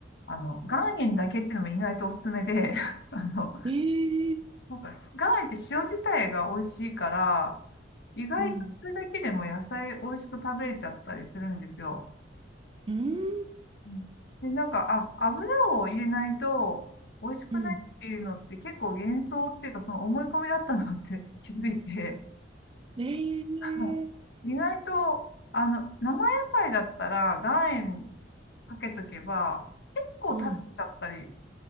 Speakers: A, on the left (about 60°); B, on the right (about 30°).
A: あの、岩塩だけっていうのも意外とおすすめで、<laughs> あの、
B: ええ
A: なんか岩塩って塩自体が美味しいから、意外とそれだけでも野菜美味しく食べれちゃったりするんですよ。
B: うん。うん。
A: うんで、なんか、あ、油を入れないと美味しくないっていうのって結構幻想っていうか、
B: うん。
A: その思い込みだったなって <laughs> 気づいて、
B: ええ
A: はい意外と、あの、生野菜だったら岩塩かけとけば、結構食べちゃったり、
B: うん。